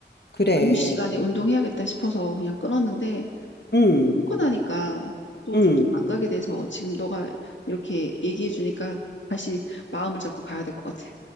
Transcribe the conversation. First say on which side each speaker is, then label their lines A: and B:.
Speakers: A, on the left; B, on the left.
A: 그래.
B: 여유 시간에 운동해야겠다 싶어서 그냥 끊었는데
A: 음,
B: 끊고 나니까 또
A: 음,
B: 좀 안 가게 돼서 지금 너가 이렇게 얘기해 주니까 다시 마음을 잡고 가야 될 것 같아.